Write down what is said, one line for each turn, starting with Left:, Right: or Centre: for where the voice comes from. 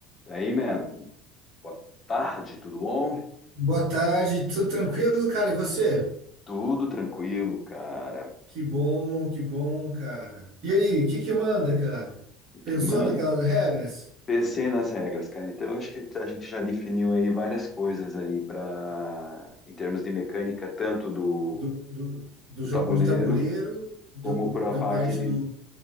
Left: E aí, mano, boa tarde, tudo bom?
Right: Boa tarde, tudo tranquilo, cara? E você?
Left: Tudo tranquilo, cara.
Right: Que bom, que bom, cara. E aí, o que que manda, cara?
Left: Eu Que,
Right: Pensou
Left: mano,
Right: naquelas regras
Left: pensei nas regras, cara. Então, eu acho que a gente já definiu aí várias coisas aí para em termos de mecânica, tanto do,
Right: do, do, do
Left: do
Right: jogo
Left: tabuleiro
Right: de tabuleiro, do-
Left: como para
Right: da
Left: a parte
Right: parte
Left: de.
Right: do,